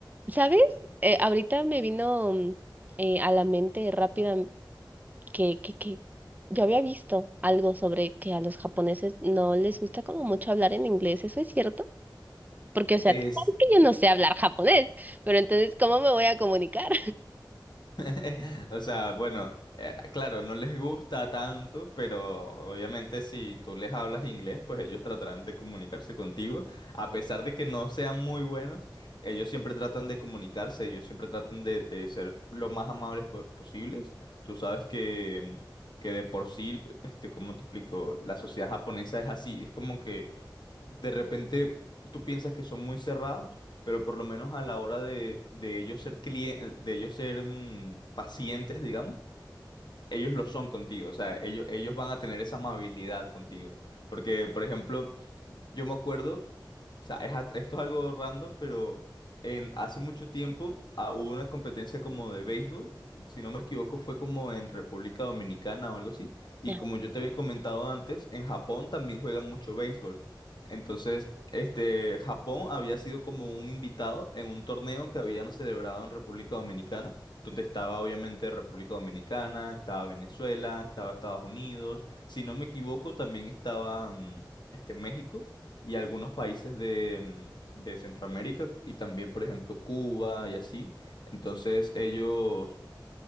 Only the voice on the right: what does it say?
¿Sabes? Eh, ahorita me vino mm, eh, a la mente rápida que, que, que yo había visto algo sobre que a los japoneses no les gusta como mucho hablar en inglés. ¿Eso es cierto? Porque, o sea,
tú sabes que <laughs> yo no sé hablar japonés, pero entonces, ¿cómo me voy a comunicar?
<laughs>